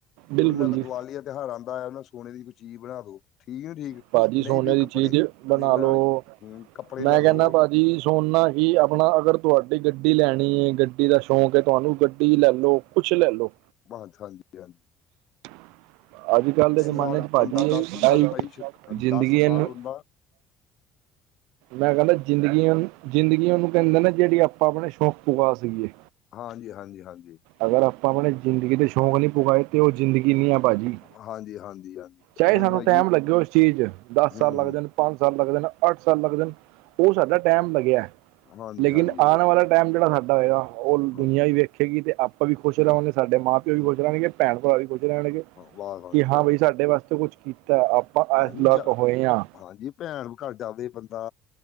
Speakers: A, on the left (about 50°); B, on the right (about 80°).
A: ਤੇ
B: ਬਿਲਕੁਲ
A: ਉਹਨਾਂ ਨੂੰ
B: ਜੀ
A: ਦੀਵਾਲੀ ਤਿਉਹਾਰ ਆਂਦਾ ਐ ਨਾ ਸੋਨੇ ਦੀ ਕੋਈ ਚੀਜ਼ ਬਣਾ ਦੋ ਠੀਕ ਨੀ ਠੀਕ
B: ਭਾਜੀ ਸੋਨੇ
A: ਨਹੀਂ ਵੀ
B: ਦੀ
A: ਕੱਪੜੇ
B: ਚੀਜ਼ ਬਣਾ
A: ਨਹੀਂ ਬਣਾਣੇ
B: ਲੋ
A: ਹਮ, ਕੱਪੜੇ
B: ਮੈਂ
A: ਲਿਆ
B: ਕਹਿੰਨਾਂ
A: ਦੋ
B: ਭਾ ਜੀ ਜੀ ਸੋਨਾ ਜੀ ਆਪਣਾ ਅਗਰ ਤੁਹਾਡੀ ਗੱਡੀ ਲੈਣੀ ਏ ਗੱਡੀ ਦਾ ਸ਼ੌਕ ਏ ਤੁਹਾਨੂੰ ਗੱਡੀ ਕੀ ਲੈ ਲੋ ਕੁੱਛ ਲੈ ਲੋ
A: ਹਾਂਜੀ-ਹਾਂਜੀ
B: <inaudible> ਅੱਜ ਕੱਲ ਦੇ ਜਮਾਨੇ
A: ਸਾਲ
B: 'ਚ ਭਾਜੀ
A: ਬੰਦਾ
B: <unintelligible>
A: ਦਸ ਸਾਲ ਭਾਈ ਸ਼ੈ-
B: ਜ਼ਿੰਦਗੀ
A: ਦਸ
B: ਏਨੂੰ
A: ਸਾਲ ਹੁੰਦਾ
B: ਮੈਂ ਕਹਿੰਦਾ ਜ਼ਿੰਦਗੀਆਂ ਨੂੰ ਜ਼ਿੰਦਗੀਆਂ ਨੂੰ ਕਹਿੰਦੇ ਨਾ ਜਿਹੜੀ ਆਪਾਂ ਆਪਣੇ ਸ਼ੌਕ ਪੁਗਾ ਸਕੀਏ
A: ਹਾਂਜੀ, ਹਾਂਜੀ, ਹਾਂਜੀ
B: ਅਗਰ ਆਪਾਂ ਆਪਣੇ ਜ਼ਿੰਦਗੀ ਦੇ ਸ਼ੌਂਕ ਨੀ ਪੁਗਾਏ ਤੇ ਉਹ ਜ਼ਿੰਦਗੀ ਨੀ ਆ ਭਾਜੀ
A: ਹਾਂਜੀ ਹਾਂਜੀ ਹਾਂਜੀ
B: ਚਾਹੇ
A: ਹੁਣ
B: ਸਾਨੂੰ
A: ਭਾਈ
B: ਟਾਈਮ
A: ਜੀ
B: ਲੱਗੇ ਉਸ ਚੀਜ਼ 'ਚ ਦਸ
A: ਹੂੰ
B: ਸਾਲ ਲੱਗ
A: ਹੂੰ
B: ਜਾਣ ਪੰਜ ਸਾਲ ਲੱਗਦੇ ਨਾ ਅੱਠ ਸਾਲ ਲੱਗਦੇ ਨ ਉਹ ਸਾਡਾ ਟਾਈਮ ਲੱਗਿਆ।
A: ਹਾਂਜੀ
B: ਲੇਕਿਨ
A: ਹਾਂਜੀ
B: ਆਂਣ ਵਾਲਾ ਟਾਈਮ ਜਿਹੜਾ ਸਾਡਾ ਹੋਏਗਾ। ਉਹ ਦੁਨੀਆਂ
A: ਹਾਂਜੀ
B: ਵੀ ਵੇਖੇਗੀ ਤੇ ਆਪਾਂ ਵੀ ਖੁਸ਼ ਰਵਾਂਗੇ ਸਾਡੇ ਮਾਂ ਪਿਓ ਵੀ
A: ਹਾਂ, ਹਾਂ,
B: ਖੁਸ਼ ਰਹਿਣਗੇ ਭੈਣ ਭਰਾ ਵੀ ਖੁਸ਼ ਰਹਿਣਗੇ
A: ਵਾਹ ਹਾਂਜੀ
B: ਕਿ ਹਾਂ
A: ਹਾਂਜੀ
B: ਬਈ ਸਾਡੇ ਵਾਸਤੇ ਕੁਛ ਕੀਤਾ ਆਪਾਂ
A: ਹਾਂਜੀ
B: ਏਸ ਲਾਕ
A: ਜਾ
B: ਹੋਏ ਆਂ।
A: ਹਾਂਜੀ ਭੈਣ ਘਰ ਜਾਵੇ ਬੰਦਾ